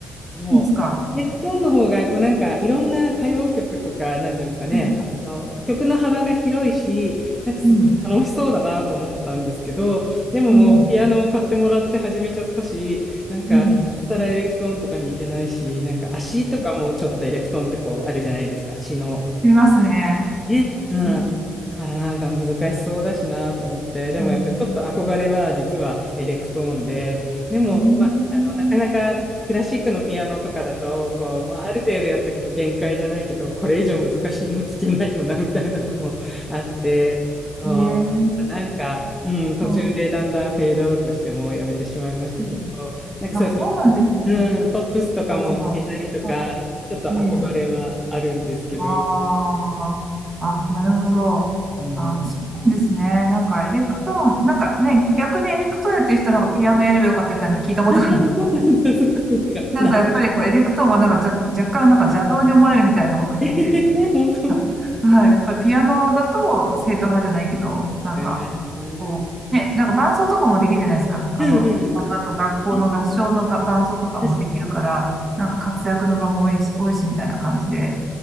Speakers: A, in the centre; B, on the right (about 30°).
A: そう。
B: そうですか
A: ネクトーンの方が、こうなんかいろんな歌謡曲とか、
B: うん
A: なんていうんですかね、
B: うん
A: あの、曲の幅が広いし、なんかすごい楽しそうだなと思ったんですけど、
B: うん
A: でももうピアノを買ってもらって始めちゃったし、
B: うん
A: なんか、
B: うん
A: さらエレクトーンとかに行けないし、なんか足とかもちょっとエレクトーンってこうあるじゃないですか。足の
B: 見ますね。
A: ね、うん。
B: うん。
A: だからなんか難しそうだしなと思って、でもやっぱりちょっと憧れは実はエレクトーンで、
B: うん
A: でも、
B: うーん
A: まあ、あの、なかなかクラシックのピアノとかだと、こう、まあ、ある程度やっていくと限界じゃないけど、これ以上難しいの弾けないよな、みたいなのも <laughs> あって、そう、
B: ねえ、
A: なんか、うん、途中でだんだんフェードアウトしてもうやめてしまいましたけど、
B: まあ、うん
A: なんかそういう
B: あ、そうなんですね。
A: プ、うん、ポップスとかも弾けたりとか、
B: あ、じゃあ、まあ、
A: ちょっと憧れはあるんですけど、
B: ねえ、ああ、あ、なるほど。
A: うん。
B: あ、そうなんですね。なんか、エレクトーン、なんかね、逆にエレクトーンやってる人はなんかピアノやればよかったみたいなの聞いたことある。
A: ああ、そうなんだ、そっかそっか。
B: なんか、
A: ない
B: やっぱりこう、エレクトーンはなんか、じゃ、若干なんか邪道に思われるみたいなこと言ってて。
A: ええ本当。
B: あはい、やっぱりピアノだと正統派じゃないけど、なんか、
A: ええ
B: こう、ね、なんか伴奏とかもできるじゃないですか。あの、
A: うんう
B: あと学校の合唱のが伴奏とかもできるから、
A: んうん。確
B: なんか活躍の場も多いし、
A: かに、
B: 多いしみたいな感じで、